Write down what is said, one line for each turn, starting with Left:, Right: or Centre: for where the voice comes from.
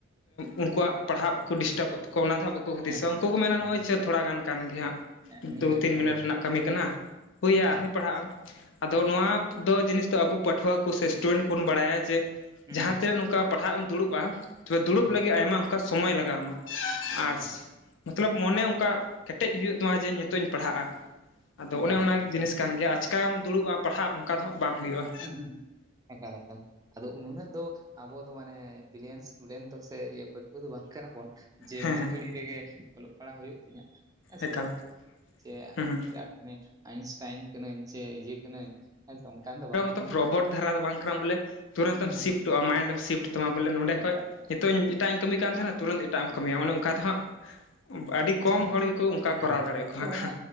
Left: ᱩᱱᱠᱩᱣᱟᱜ ᱯᱟᱲᱦᱟᱜ ᱠᱚ ᱰᱤᱥᱴᱟᱵᱚᱜ ᱛᱟᱹᱹᱹᱹᱹᱹ ᱚᱱᱟ ᱫᱚ ᱦᱟᱜ ᱵᱟᱠᱚ ᱦᱩᱫᱤᱥᱚᱜᱼᱟ
Right: ᱦᱮᱸ ᱦᱮᱸ
Left: ᱩᱱᱠᱩ ᱠᱚ ᱢᱮᱱᱟ
Right: ᱦᱮᱸ
Left: ᱱᱚᱜᱼ ᱚᱭ ᱛᱷᱚᱲᱟ ᱜᱟᱱ ᱠᱟᱱ ᱜᱮᱭᱟ
Right: ᱦᱮᱸ
Left: ᱦᱟᱸᱜ
Right: ᱦᱮᱸ ᱢᱤᱫ
Left: ᱫᱩ
Right: ᱜᱷᱟᱹᱲᱤ
Left: ᱛᱤᱱᱤᱴ
Right: ᱛᱚ ᱦᱮᱸ ᱦᱮᱸ
Left: ᱨᱮᱱᱟᱜ ᱠᱟᱹᱢᱤ ᱠᱟᱱᱟ <unintelligible> ᱟᱨᱦᱚᱸᱭ
Right: ᱮᱠᱟᱞ ᱮᱠᱟᱞ
Left: ᱯᱟᱲᱦᱟᱜᱼᱟ ᱟᱫᱚ ᱱᱚᱣᱟ
Right: ᱦᱩᱸ
Left: ᱫᱚ ᱡᱤᱱᱤᱥ ᱛᱚ ᱟᱵᱚ ᱯᱟᱹᱴᱷᱩᱣᱟᱹ ᱠᱚ ᱥᱮ ᱥᱴᱩᱰᱮᱱᱴ ᱠᱚᱵᱚᱱ ᱵᱟᱲᱟᱭᱟ ᱡᱮ
Right: ᱦᱩᱸ
Left: ᱡᱟᱦᱟᱸ ᱛᱤᱱᱟᱹᱜ ᱱᱚᱝᱠᱟ ᱯᱟᱲᱦᱟᱜ ᱮᱢ ᱫᱩᱲᱩᱵᱼᱟ᱾ ᱛᱚᱵᱮ ᱫᱩᱲᱩᱵ
Right: ᱦᱩᱸ
Left: ᱞᱟᱹᱜᱤᱫ ᱟᱭᱢᱟ ᱚᱱᱠᱟ ᱥᱚᱢᱚᱭ ᱞᱟᱜᱟᱣ ᱟᱢᱟ ᱟᱨᱥ
Right: ᱮᱠᱟᱞ
Left: ᱢᱚᱛᱞᱚᱵ ᱢᱚᱱᱮ ᱚᱱᱠᱟ ᱠᱮᱴᱮᱡ ᱦᱩᱭᱩᱜ ᱛᱟᱢᱟ ᱡᱮ ᱱᱤᱛᱚᱜ ᱤᱧ ᱯᱟᱲᱦᱟᱜᱼᱟ᱾ ᱟᱫᱚ
Right: ᱮᱠᱟᱞ
Left: ᱚᱱᱮ ᱚᱱᱟ
Right: ᱮᱠᱟᱞ ᱮᱠᱟᱞ
Left: ᱡᱤᱱᱤᱥ ᱠᱟᱱ ᱜᱮᱭᱟ ᱟᱪᱠᱟᱢ ᱫᱩᱲᱩᱵᱼᱟ ᱯᱟᱲᱦᱟᱜ ᱚᱱᱠᱟ ᱫᱚ ᱦᱟᱸᱜ ᱵᱟᱝ ᱦᱩᱭᱩᱜᱼᱟ
Right: <inaudible> ᱟᱠᱟᱞᱟᱠᱟᱞ ᱟᱫᱚ ᱩᱩᱱᱟᱹᱜ ᱟᱵᱚ ᱫᱚ ᱢᱟᱱᱮ ᱵᱤᱞᱤᱭᱚᱱ ᱥᱴᱩᱰᱮᱱᱴ ᱫᱚ ᱥᱮ ᱯᱟᱹᱴᱷᱩᱣᱟᱹ ᱫᱚ ᱵᱟᱝ ᱠᱟᱱᱟ ᱵᱚᱱ᱾ ᱡᱮ
Left: ᱦᱮᱸ
Right: ᱢᱤᱫ
Left: ᱦᱮᱸ
Right: ᱜᱷᱟᱹᱲᱤ ᱨᱮᱜᱮ ᱚᱞᱚᱜ ᱯᱟᱲᱦᱟᱜ ᱦᱩᱭᱩᱜ ᱛᱤᱧᱟᱹ᱾ ᱦᱮᱸᱥᱮ
Left: ᱮᱠᱟᱞ
Right: ᱪᱮ <unintelligible>
Left: ᱦᱮᱸ ᱦᱮᱸ
Right: ᱟᱭᱤᱱᱥᱴᱟᱭᱤᱱ ᱠᱟᱹᱱᱟᱹᱧ᱾ ᱪᱮ ᱤᱭᱟᱹ ᱠᱟᱹᱱᱟᱹᱧ ᱦᱮᱸ ᱥᱮ ᱚᱱᱠᱟᱱ ᱫᱚ ᱵᱟᱝ ᱠᱟᱱᱟ
Left: ᱨᱚᱵᱴ
Right: ᱵᱚᱱ
Left: ᱫᱷᱟᱨᱟ ᱫᱚ ᱵᱟᱝ ᱠᱟᱱᱟ ᱵᱚᱞᱮ ᱛᱩᱨᱛᱚᱢ
Right: ᱦᱮᱸ ᱦᱮᱸ
Left: ᱥᱤᱯᱴᱚᱜᱼᱟ ᱢᱟᱭᱤᱱᱰᱢ ᱥᱤᱯᱷᱴ ᱛᱟᱢᱟ ᱵᱚᱞᱮ ᱱᱚᱰᱮ
Right: ᱮᱠᱟᱞ
Left: ᱠᱷᱚᱡ
Right: ᱮᱠᱟᱞ
Left: ᱱᱤᱛᱚᱜ
Right: ᱮᱠᱟᱞ
Left: ᱤᱧ ᱮᱴᱟᱜ ᱤᱧ ᱹᱹᱹ <inaudible> ᱠᱟᱹᱢᱤ ᱠᱟᱱ ᱛᱟᱦᱮᱱᱟ᱾ ᱛᱩᱨᱟᱹᱛ ᱮᱴᱟᱜ ᱮᱢ
Right: ᱦᱩᱸ,
Left: ᱠᱟᱹᱢᱤᱭᱟ ᱚᱱᱮ ᱚᱱᱠᱟ ᱫᱚ ᱦᱟᱸᱜ
Right: ᱦᱮᱸ
Left: ᱟᱹᱰᱤ
Right: ᱟᱪᱪᱷᱟ
Left: ᱠᱚᱢ
Right: ᱜᱚᱝᱠᱮ
Left: ᱦᱚᱲ ᱜᱮᱠᱚ ᱚᱱᱠᱟ
Right: ᱦᱮᱸ
Left: ᱠᱚᱨᱟᱣ ᱫᱟᱲᱮᱭᱟᱜ ᱠᱚ
Right: ᱟᱫᱚ
Left: ᱦᱟᱸᱜ᱾
Right: ᱚᱱᱟ